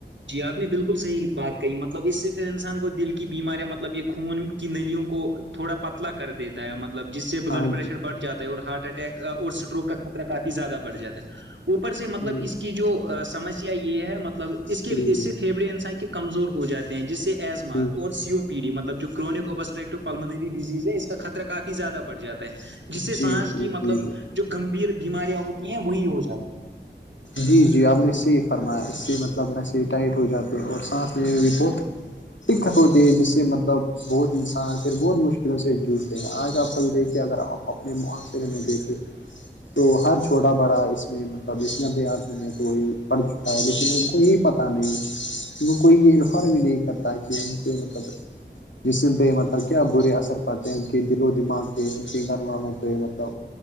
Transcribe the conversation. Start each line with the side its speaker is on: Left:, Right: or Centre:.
Right: جی آپ نے بالکل صحیح بات کہی مطلب اس سے پھر انسان کو دل کی بیماریاں مطلب یہ خون کی نلوں کو تھوڑا پتلا کر دیتا ہے مطلب جس سے بلڈ
Left: ہاں
Right: پریشر
Left: جی
Right: بھ جاتا اور ہارٹ اٹیک اور اسٹروک کا خطرہ کافی زیادہ بڑ جاتا ہے اوپر سے مطلب
Left: جی
Right: اس کی جو سمسیا یہ ہے مطلب اس کے
Left: جی
Right: اس سے پھیفڑے انسان کے کمزور ہو جاتے ہیں جس سے ایزما
Left: بالکل
Right: اور سیو ڈیطلب جو کرونک ابسٹرٹو پللمنری ڈز ہے اس کا خطر کافی زیادہ بڑ جاتا جس سے
Left: جی
Right: سانس
Left: جی جی جی
Right: کی مطلب
Left: جی جی
Right: جو گمبھیر بیماریاں ہوتی ہیں وہی ہو جاتی ہیں
Left: جی جی آپ نے اس سےی فرمایا اس سے مطلب نہس ہی ٹائٹ ہو جاتے اور سانس لی بھی بہت ٹککھٹ ہوتی ہے جس سے مطلب بہت انسان پھر بہت مشکلوں سے جوڑتے ہیں آج آپ کل دیکھیں اگر آپ اپنے معاشرے میں دیکھیں تو ہر چھوٹا بڑا اس میں مطلب اس گندے آدمی ہیں کو یہ پڑھ چکا ہے لیکن ان کو یہ پت نہیں وہ کوئی یہ انفارم بھی نہیں کرتا کہ ان کو مطلب جسم پہ مطلب کیا برے اثر پڑتے ہیں ان کے دل و دماغ ان کے گھر والوں پہ مطلب